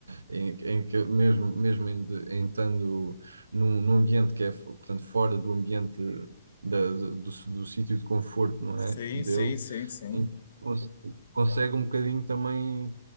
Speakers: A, on the right (about 85°); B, on the left (about 65°).
A: em, em que mesmo, mesmo em, de- em estando num, num ambiente que é, fo- portanto, fora do ambiente da, do, do sítio de conforto, não
B: Sim,
A: é? Dele,
B: sim, sim, sim.
A: em que cons- consegue um bocadinho também